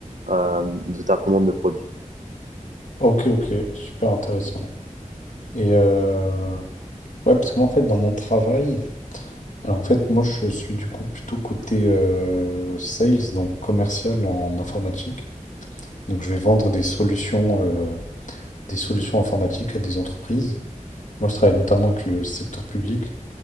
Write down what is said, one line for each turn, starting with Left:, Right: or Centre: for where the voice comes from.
Right: euh, de ta commande de produit.
Left: Ok, ok, super intéressant. Et euh, ouais, parce que moi, en fait, dans mon travail, alors en fait, moi, je suis du coup plutôt côté euh, sales, donc commercial en informatique. Donc, je vais vendre des solutions, euh, des solutions informatiques à des entreprises. Moi, je travaille notamment avec le secteur public.